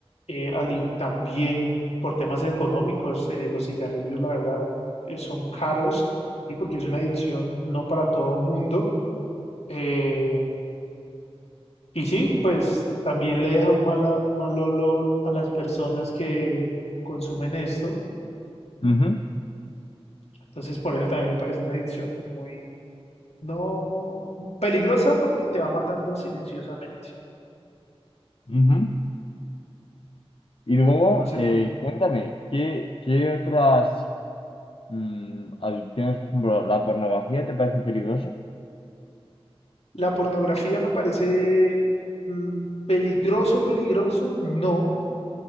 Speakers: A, on the left (about 80°); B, on the left (about 60°).
A: eh, ali- también por temas económicos, eh, los cigarrillos, la verdad, eh, son caros, ¿sí? Porque es una adicción no para todo mundo. eh, y sí, pues también le deja un mala- mal olor a las personas que consumen esto.
B: ujú,
A: Entonces, por eso también me parece una adicción muy, no peligrosa porque te va matando silenciosamente.
B: ujú. Y luego,
A: No sé
B: eh,
A: tú
B: cuéntame, ¿qué, qué otras mm, adicciones, por ejemplo, ¿la pornografía te parece peligrosa?
A: La pornografía me parece mm, peligroso, peligroso, no,